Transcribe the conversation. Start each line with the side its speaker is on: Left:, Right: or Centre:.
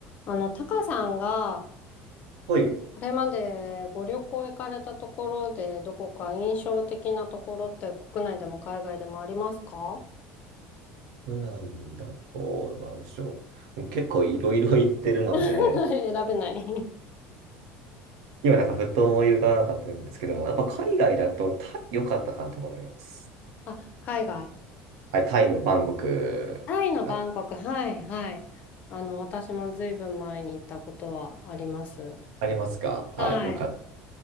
Left: あの、タカさんが、
Right: はい。
Left: これまでご旅行行かれたところで、どこか印象的なところって国内でも海外でもありますか
Right: 国内だと、なんでしょう。もう結構いろいろ行ってるので、
Left: <laughs> 選べない
Right: 今なんかふと思い浮かばなかったんですけども、やっぱ海外だとタイ良かったかなと思います。
Left: <laughs> あ、海外。
Right: はい、タイのバンコク、
Left: タイのバンコク。
Right: あ、
Left: はい、はい。あの、私もずいぶん前に行ったことはあります。
Right: ありますかはい、
Left: はい。
Right: よかった。